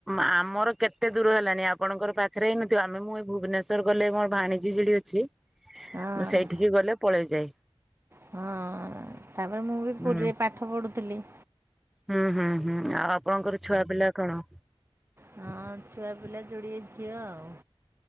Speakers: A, in the centre; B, on the right.
A: ଆମର କେତେ ଦୂର ହେଲାଣି ଆପଣଙ୍କର ପାଖରେ ହେଇନଥିବ ଆମେ ମୁଁ ଭୁବନେଶ୍ୱର ର ଗଲେ ମୋର ଭାଣିଜୀ ସେଠି ଅଛି
B: ହଁ
A: ମୁଁ ସେଇଠିକି ଗଲେ ପଳେଇ ଯାଏ
B: ହଁ ତାପରେ ମୁଁ ବି
A: ହୁଁ।
B: ପୁରୀରେ ପାଠ ପଢୁଥିଲି
A: ହୁଁ ହୁଁ ହୁଁ ଆଉ ଆପଣଙ୍କର ଛୁଆ ପିଲା କଣ?
B: ହଁ ଛୁଆ ପିଲା ଯୋଡିଏ ଝିଅ ଆଉ